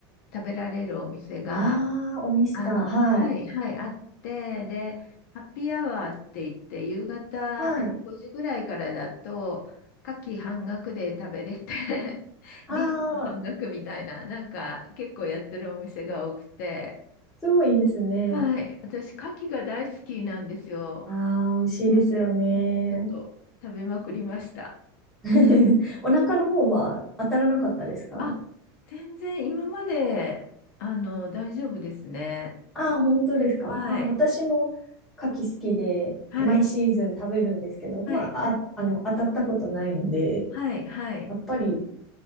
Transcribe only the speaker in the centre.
ああ、オイスター。
はい。
はい。
ああ、
すごいいいですね。
ああ、美味しいですよね。
<laughs> お腹の方は当たらなかったですか
ああ、本当ですか。
まあ、私も牡蠣好きで、
毎シーズン食べるんですけど、まあ、
あ、あの、当たったことないので、
やっぱり